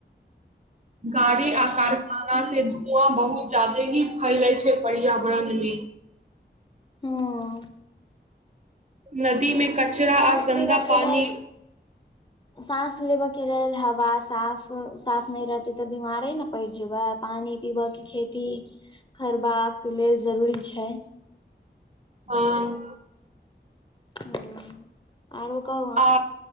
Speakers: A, on the right; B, on the left.
A: गाड़ी आ कारखाना से धुआँ बहुत ज्यादे ही फैलैे छै पर्यावरण मे
B: हँ
A: नदी मे कचरा
B: साँस
A: आ गन्दा
B: लेबऽ
A: पानी
B: के लेल साँस लेबऽ के लेल हवा साफ साफ नै रहतै तऽ बिमारे न पड़ि जेबाय पानी पीबऽ के खेती खरबाक लेल जरूरी छै
A: हँ
B: हूँ आरोकहु
A: आ